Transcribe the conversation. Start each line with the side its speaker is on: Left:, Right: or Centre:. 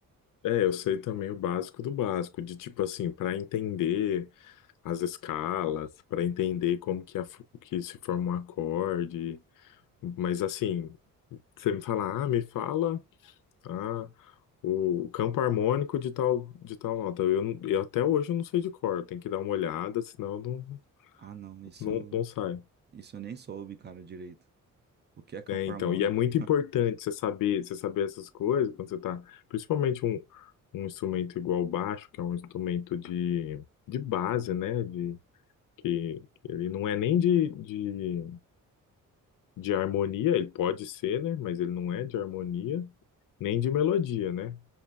Left: É, eu sei também o básico do básico, de tipo assim, para entender as escalas, para entender como que, a, fu- que se forma um acorde, mas assim, você me fala, ah, me fala, ah. O campo harmônico de tal, de tal nota. Eu, não- eu até hoje eu não sei de cor. Tem que dar uma olhada, senão eu não,
Right: Ah, não, isso,
Left: não, não sai.
Right: isso eu nem soube, cara, direito. O que é campo
Left: É, então,
Right: harmônico?
Left: e é muito importante você saber, você saber essas coisas quando você tá, principalmente um, um instrumento igual o baixo, que é um instrumento de, de base, né? De, que, que ele não é nem de, de, de harmonia, ele pode ser, né? Mas ele não é de harmonia, nem de melodia, né?